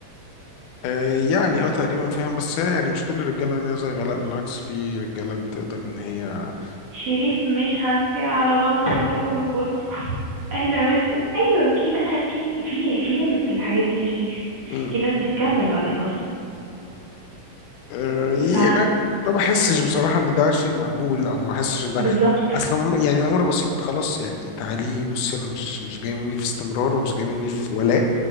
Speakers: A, on the left; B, on the right.
A: آه يعني اه تقريبا فاهم بس هي يعني مش كل الرجاله غنيه زي غلاء بالعكس في رجاله بتقدر ان هي
B: شريف مش هنسي على بعض كلكم بتبصوا احنا مش ايوه في بقى في في في ليميتس للحاجات دي يا شريف
A: مم.
B: في ناس بتكمل بعد الباص
A: آه يعني
B: ف
A: ما بحسش بصراحه ان ده شيء مقبول او ما بحسش ان ده
B: بالظبط
A: اصلا هم- يعني الامر بسيط خلاص يعني تعالي بصي انا مش مش جاي مني في استمرار ومش جاي مني في ولاء